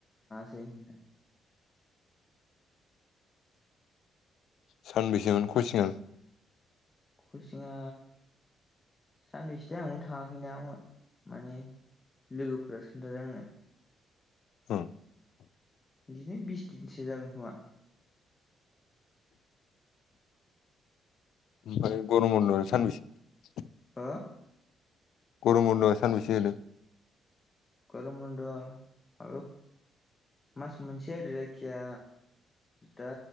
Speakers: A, on the left; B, on the left.
A: दोनैना <unintelligible>
B: सानबैसेनि खसिंङा
A: खसिंआ सानबैसोथाय आंबो थाङाखैना माने लोगोफोरासो खोन्थादोंमोन आंनो
B: ह
A: बिदिनो बिस दिनसो जागोन खोमा
B: ओमफ्राय गरम बन्द आलाय सानबैसे
A: हा
B: गरम बन्द आ सानबैसे होनदों
A: गरम बन्द आ ओ मास मोनसे आरो जायखिया दा